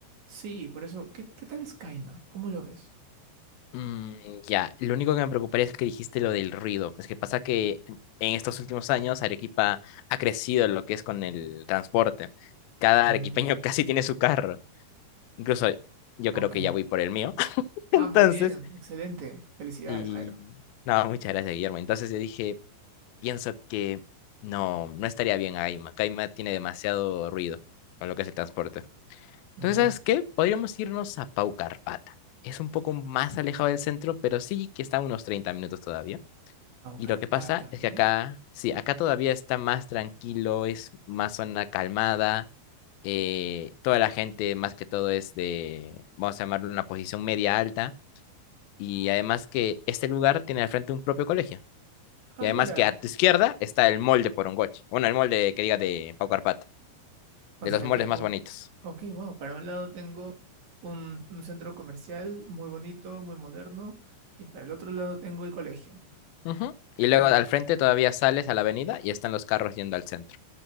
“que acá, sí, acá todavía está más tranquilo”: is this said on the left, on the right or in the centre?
Left